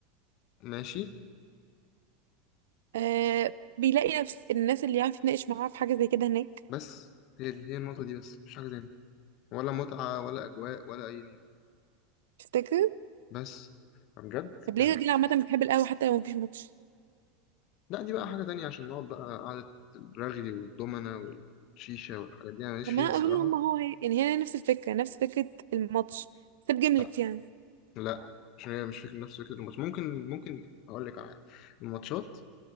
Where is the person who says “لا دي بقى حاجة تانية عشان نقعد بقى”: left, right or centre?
Left